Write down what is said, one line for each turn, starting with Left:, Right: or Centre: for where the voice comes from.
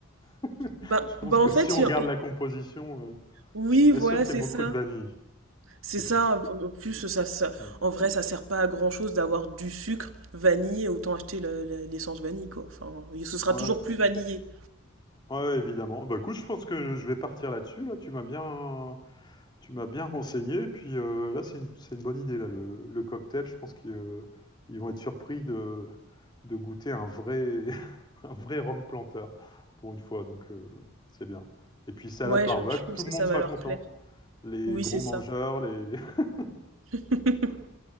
Left: <laughs>
Right: Ben,
Left: je pense
Right: ben
Left: que
Right: en fait,
Left: si on
Right: il
Left: regarde
Right: y a-
Left: la composition, euh,
Right: oui,
Left: je suis pas
Right: voilà,
Left: sûr qu'il
Right: c'est
Left: y ait beaucoup
Right: ça.
Left: de vanille.
Right: C'est
Left: Et
Right: ça,
Left: puis,
Right: en plus ça, ça
Left: Mm.
Right: en vrai ça sert pas à grand chose d'avoir du sucre vanillé, autant acheter la- la- l'essence vanille quoi. Enfin, ce sera
Left: ouais,
Right: toujours plus vanillé.
Left: ouais, évidemment. Bah, écoute, je pense que je vais partir là-dessus. Là, tu m'as bien. Tu m'as bien renseigné, puis euh, là, c'est une, c'est une bonne idée, là, le, le cocktail. Je pense qu'ils euh, ils vont être surpris de, de goûter un vrai, <laughs> un vrai rhum planteur pour une fois, donc euh, c'est bien. Et puis, salade
Right: Ouais,
Left: barbecue,
Right: je, je pense
Left: tout le
Right: que
Left: monde
Right: ça
Left: sera
Right: va leur
Left: content.
Right: plaire.
Left: Les
Right: Oui,
Left: gros
Right: c'est
Left: mangeurs,
Right: ça.
Left: les... <laughs>
Right: <laughs>